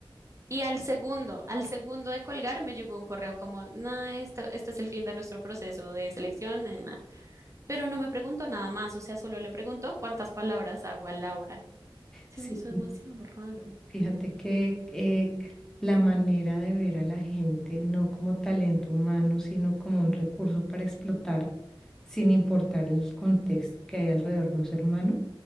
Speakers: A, on the right; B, in the centre.
A: Y al segundo, al segundo de colgar, me llegó un correo como, no, esto, este es el fin de nuestro proceso de selección, na, na, na". Pero no me preguntó nada más, o sea, solo le preguntó cuántas palabras hago a la hora. Se
B: Sí,
A: me hizo demasiado raro,
B: fíjate que eh, la manera de ver a la gente no como talento humano, sino como un recurso para explotar, sin importar el contexto que hay alrededor de un ser humano